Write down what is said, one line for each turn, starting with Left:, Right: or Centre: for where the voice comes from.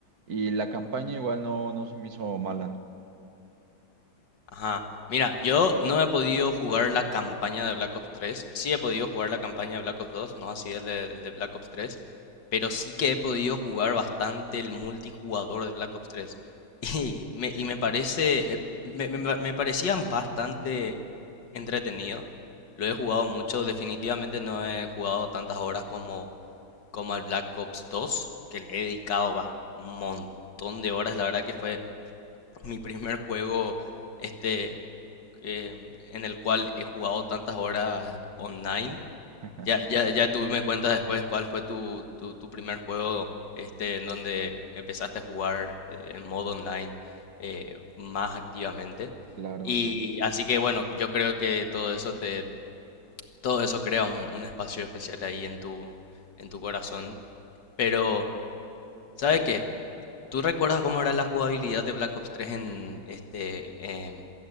Right: y la campaña igual no, no se me hizo mala.
Left: Ajá. Mira, yo no he podido jugar la campaña de Black Ops 3. Sí he podido jugar la campaña de Black Ops 2, no así el de, el de Black Ops 3. Pero sí que he podido jugar bastante el multijugador de Black Ops 3. <laughs> Y me, y me parece. eh, Me, me, me parecían bastante entretenido. Lo he jugado mucho. Definitivamente no he jugado tantas horas como, como al Black Ops 2, que le he dedicado va, un montón de horas. La verdad que fue mi primer juego. Este, eh, en el cual he jugado tantas horas online.
Right: <laughs>
Left: Ya, ya, ya tú me cuentas después cuál fue tu, tu, tu primer juego este, en donde empezaste a jugar eh, en modo online eh, más activamente.
Right: Claro,
Left: Y así que bueno, yo creo que todo eso te, todo eso crea un, un espacio especial ahí en tu, en tu corazón. Pero, ¿sabe qué? ¿Tú recuerdas cómo era la jugabilidad de Black Ops 3 en este em,